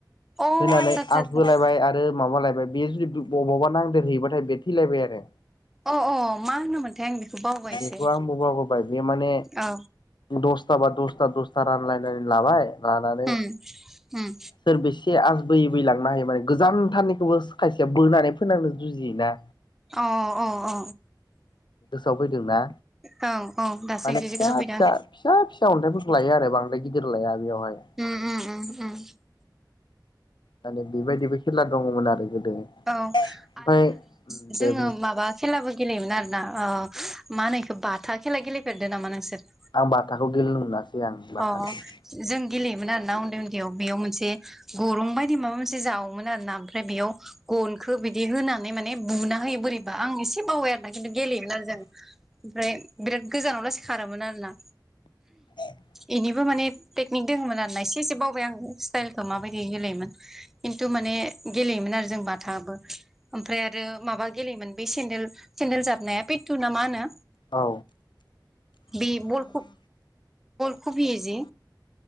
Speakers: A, in the centre; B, on the left (about 80°).
A: अ
B: होनानै
A: आदसा आदसा
B: आजबोलायबाय
A: आदसा
B: आर रो माबालायबाय बेयो जुदि बबावबा नांदेरहैयोबाथाय बे थैलायबाय आरो
A: अ अ मा होनोमोनथाय आं बेखौ बावबायसो
B: <unintelligible> बेखौ आंबो बावगारबाय बे माने
A: औ
B: दसथा बा दसथा दसथा रानलायनानै लाबाय लानानै
A: उम उम
B: सोर बेसे आज बोयै बैलांनो हायो माने गोजानथाननिखौबो खायसेया बोनानै फोनांनो जुजियोना
A: अ औ अ
B: गोसोआव फैदों ना
A: औ औ दासो
B: माने
A: एसे
B: फिसा
A: सफैदों
B: फिसा
A: आं
B: फिसा फिसा अन्थाइफोरखौ लायो आरो बांद्राय गिदिर लाया बेयावहाय
A: उम उम उम उम
B: माने बेबायदिबो खेला दङमोन आरो गोदो
A: औ
B: ओमफ्राय
A: आरो
B: दे
A: जोङो
B: बुं
A: माबा खेलाबो गेलेयोमोन आरोना ओ मा होनो इखो बाथा खेला गेलेफेरदों नामा नोंसोर
B: आं बाथाखौ गेलेनो मोनासै आं बाथाखौ
A: अ जों गेलेयोमोन आरोना उन्दै उन्दैयाव बेयाव मोनसे गरं बायदि माबा मोनसे जावोमोन आरोना आमफ्राय बेयाव गनखौ बि होनानै माने बुनाहो बोरैबा आं एसे बावबाय आरोना खिन्थु गेलेयोमोन आरो जों ओमफ्राय बिराद गोजानाव लासै खारोमोन आरोना।
B: <inaudible>
A: इनिबो माने टेकनिक दङमोन आरोना एसे एसे बावबाय आं स्टाइलखौ माबायदि होलायोमोन। खिन्थु माने गेलेयोमोन आरो जों बाथाबो ओमफ्राय आरो माबा गेलेयोमोन बे सेन्देल सेन्देल जाबनाया पेटु ना मा होनो
B: औ
A: बे बलखौ खुबियो जे